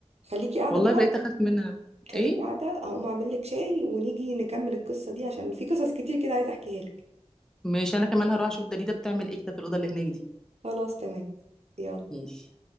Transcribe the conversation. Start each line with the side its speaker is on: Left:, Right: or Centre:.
Right: خليكي قاعده
Centre: والله
Right: بقى
Centre: بقيت اخاف منها
Right: خليكي
Centre: ايه
Right: قاعده هقوم اعمل لك شاي ونيجي نكمل القصه دي عشان في قصص كتير كده عايزه احكيها لك
Centre: ماشي انا كمان هروح اشوف دليده بتعمل ايه كده في الاوضه اللي هناك دي
Right: خلاص تمام يلا
Centre: ماشي